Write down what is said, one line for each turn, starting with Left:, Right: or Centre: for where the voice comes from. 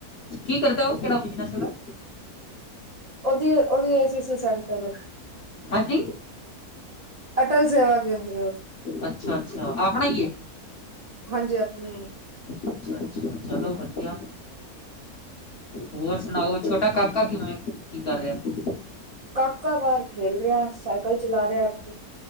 Left: ਕੀ ਕਰਦਾ ਉਹ ਕਿਹੜਾ ਬਿਜ਼ਨਸ ਹੈਗਾ?
Right: ਓਦੀ ੳਦੀ ਏ ਸੀ ਸੀ ਸੈਂਟਰ।
Left: ਹਾਂਜੀ
Right: ਅਟਲ ਸੇਵਾ ਕੇਂਦਰ।
Left: ਅੱਛਾ ਅੱਛਾ ਆਪਣਾ ਏ।
Right: ਹਾਂਜੀ ਆਪਣੀ ਹੈ।
Left: ਅੱਛਾ ਅੱਛਾ ਚਲੋ ਵਧੀਆ ਹੋਰ ਸੁਣਾਓ ਛੋਟਾ ਕਾਕਾ ਕਿਵੇਂ ਕੀ ਕਰ ਰਿਹਾ ਹੈ?
Right: ਕਾਕਾ ਬਾਹਰ ਖੇਲ ਰਿਹਾ ਹੈ ਸਾਈਕਲ ਚਲਾ ਰਿਹਾ ਹੈ। ਹੂੰ।